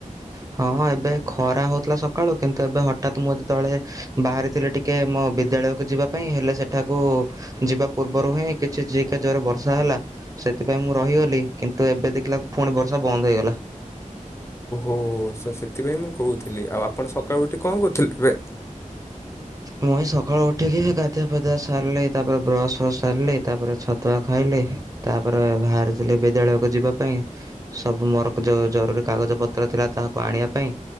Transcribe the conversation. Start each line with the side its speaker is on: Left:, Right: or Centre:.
Right: ହଁ, ଏବେ ଖରା ହଉଥିଲା। ସକାଳୁ କିନ୍ତୁ ଏବେ ହଠତ୍ ମୁଁ ଯେ ଯେ ତଳେ ବାହାରିଥିଲି। ଟିକେ ମୋ ବିଦ୍ୟାଳୟକୁ ଯିବା ପାଇଁ ହେଲେ ସେଠାକୁ ଯିବା ପୂର୍ବରୁ ହିଁ କିଛି ଯିକା ଜୋରେ ବର୍ଷା ହେଲା। ସେଥିପାଇଁ ମୁଁ ରହିଗଲି କିନ୍ତୁ ଏବେ ଦେଖିଲା ପୁଣି ବର୍ଷା ବନ୍ଦ ହେଇଗଲା।
Left: ଓ ସେଥିପାଇଁ ମୁଁ କହୁଥିଲି। ଆଉ ଆପଣ ସକାଳୁ ଉଠି କଣ କହୁଥିଲେ ଏବେ।
Right: ମୁଇଁ ସକାଳୁ ଉଠିକି ଗାଧଆ ପଧଆ ସାରିଲି ତାପରେ ବ୍ରସ୍ ଫସ୍ ସାରିଲି ତାପରେ ଛତୁଆ ଖାଇଲି। ତାପରେ ବାହାରିଥିଲି ବିଦ୍ୟାଳୟକୁ ଯିବା ପାଇଁ ସବୁ ମର୍କ ଯୋଉ ଜରୁରୀ କାଗଜ ପତ୍ର ଥିଲା ତାହାକୁ ଆଣିବା ପାଇଁ